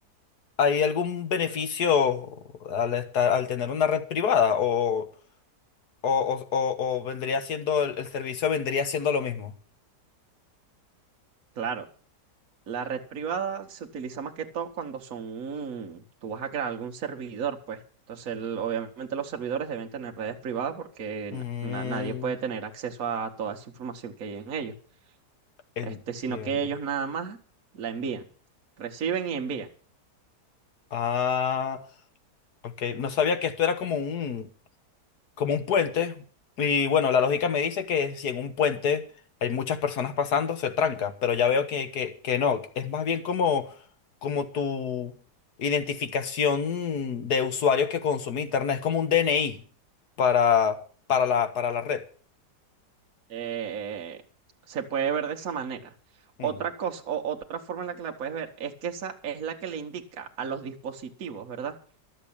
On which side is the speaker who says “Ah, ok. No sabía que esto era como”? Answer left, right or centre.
Left